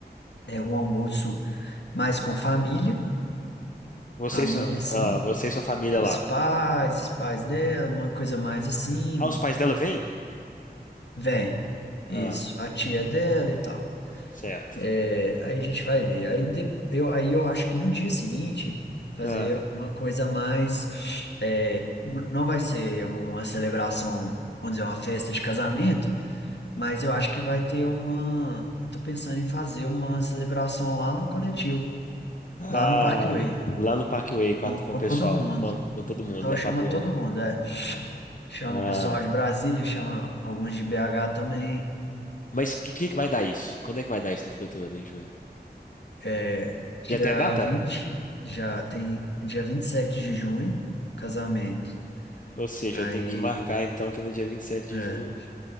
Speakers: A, on the left (about 80°); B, on the left (about 50°).
A: é, um almoço mais com família,
B: você
A: família
B: e sua,
A: assim,
B: ah, você e sua família
A: os
B: lá.
A: pais, os pais dela, uma coisa mais assim,
B: Ah, os pais dela vêm?
A: véi, isso,
B: Ah,
A: a tia dela e tal.
B: certo.
A: É, aí a gente vai ver. Aí, de- eu, aí eu acho que no dia seguinte, fazer
B: Ah,
A: uma coisa mais. é, n- não vai ser uma celebração, vamos dizer, uma festa de casamento, mas eu acho que vai ter uma. Eu tô pensando em fazer uma celebração lá no coletivo,
B: ah,
A: lá no Parkway,
B: lá no Parkway com,
A: com,
B: a, com
A: com
B: o pessoal,
A: todo mundo.
B: com, com todo mundo,
A: Então
B: né?
A: chama
B: Com a turma.
A: todo mundo, é. Chama
B: Ah,
A: o pessoal de Brasília, chama alguns de BH também.
B: mas que dia que vai dar isso? Quando é que vai dar isso no futuro, em junho?
A: É, Dia
B: Já tem a data?
A: 20 já tem dia 27 de junho, casamento.
B: Ou seja,
A: Aí,
B: eu tenho que marcar então que no dia 27 de
A: é,
B: junho.